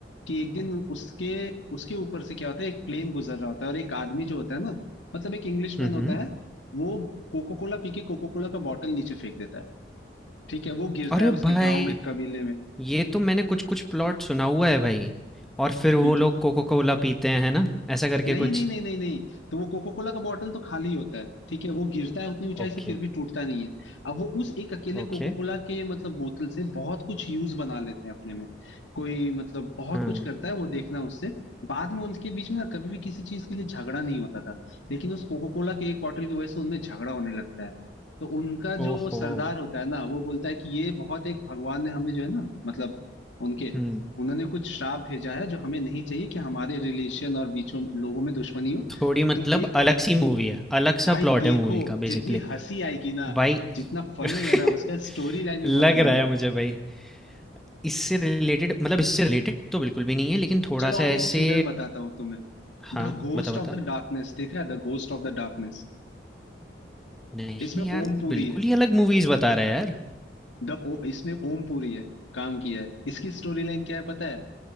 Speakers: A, on the left (about 85°); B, in the centre.
A: कि एक दिन उसके उसके ऊपर से क्या होता है एक प्लेन गुजर रहा होता है और एक आदमी जो होता है ना मतलब एक इंग्लिशमैन
B: हम्म
A: होता
B: हम्म।
A: है वो कोको कोला पी के कोको कोला का बॉटल नीचे फेंक देता है ठीक है वो गिरता
B: अरे
A: है उसके
B: भाई
A: गांव में कबीले में
B: ये तो मैंने कुछ कुछ प्लॉट सुना हुआ है भाई और फिर वो
A: ठीक
B: लोग
A: है
B: कोको कोला पीते हैं है ना ऐसा करके
A: नहीं
B: कुछ
A: नहीं नहीं नहीं नहीं तो वो कोको कोला का बॉटल तो खाली होता है ठीक है वो गिरता है उतनी ऊंचाई
B: ओके
A: से फिर भी टूटता नहीं है अब वो उस एक अकेले
B: ओके
A: कोको कोला के मतलब बोतल से बहुत कुछ यूज बना लेते हैं अपने में कोई मतलब बहुत
B: हाँ
A: कुछ करता है वो देखना उससे बाद में उनके बीच में ना कभी भी किसी चीज के लिए झगड़ा नहीं होता था लेकिन उस कोको कोला के एक बॉटल की वजह से उनमें झगड़ा होने लगता है तो उनका
B: ओहो
A: जो सरदार होता है ना वो बोलता है कि ये बहुत एक भगवान ने हमें जो है ना मतलब उनके
B: हम्म
A: उन्होंने कुछ श्राप भेजा है जो हमें नहीं चाहिए कि हमारे रिलेशन और बीचों लोगों में दुश्मनी हो
B: थोड़ी मतलब
A: तो एक
B: अलग सी मूवी है अलग सा
A: भाई
B: प्लॉट
A: देखो
B: है मूवी का बेसिकली
A: जितनी हंसी आएगी ना
B: भाई
A: जितना फनी
B: <laughs>
A: है ना उसका स्टोरी लाइन भी
B: लग
A: बहुत
B: रहा
A: अलग
B: है
A: है
B: मुझे भाई इससे रिलेटेड मतलब इससे रिलेटेड तो बिल्कुल भी नहीं है लेकिन थोड़ा
A: चलो और
B: सा ऐसे
A: एक थ्रिलर बताता हूँ तुम्हें
B: हाँ,
A: The Ghost
B: बता, बता।
A: of the Darkness देखा है The Ghost of the Darkness
B: नहीं
A: इसमें
B: यार,
A: ओम
B: तू
A: पुरी
B: बिल्कुल
A: है
B: ही अलग मूवीज़ बता रहा है यार।
A: द ओ, इसमें ओम पुरी है काम किया है इसकी स्टोरी लाइन क्या है पता है